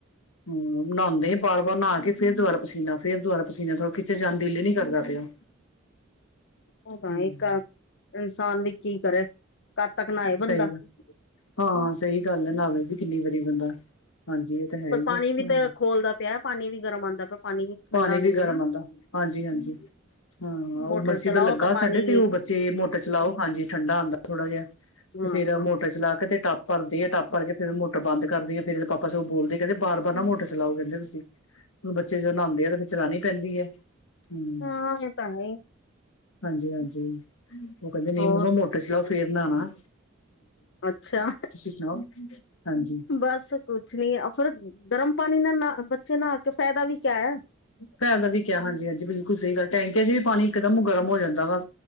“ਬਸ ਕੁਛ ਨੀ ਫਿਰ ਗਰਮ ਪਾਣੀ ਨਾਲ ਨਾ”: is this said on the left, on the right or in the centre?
Left